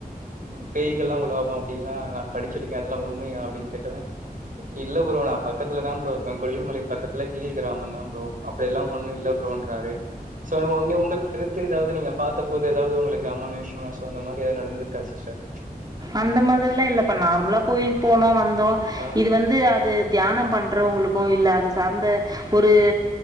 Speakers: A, on the right; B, on the right.
A: பேய்கள்ல்லா உலாவு அப்டின்லா நா படிச்சிருக்கே அதெல்லா உண்மையா அப்டின் கேட்டவே இல்ல ப்ரோ நா பக்கத்துல தா ப்ரோ இருக்கே கொல்லிமலை பக்கத்துல கிலி கிராமந் தா ப்ரோ அப்பிடியெல்லா ஒண்ணு இல்ல ப்புரோன்றாரு சோ உங்க உங்க கருத்து எதாவ்து நீங்க பாத்த போது எதாவ்து உங்களுக்கு அமானுச விஷயமா சோ அந்த மாரி ஏதாது நடந்திருக்கா சிஸ்டர்
B: அந்த மாதிரிலா இல்லப்பா நார்மலா கோயிலுக்கு போனோ வந்தோ
A: அ
B: இது வந்து அது தியானோ பண்ணறவங்களுக்கு இல்ல அத சார்ந்த ஒரு